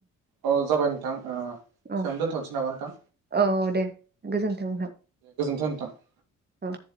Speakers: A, on the right; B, on the right.
A: औ जाबाय नोंथां ओ एसेयावनो
B: औ
A: दोनथनोसै नामा नोंथां
B: औ दे गोजोन्थों नोंथां
A: गोजोनथों <inaudible>
B: औ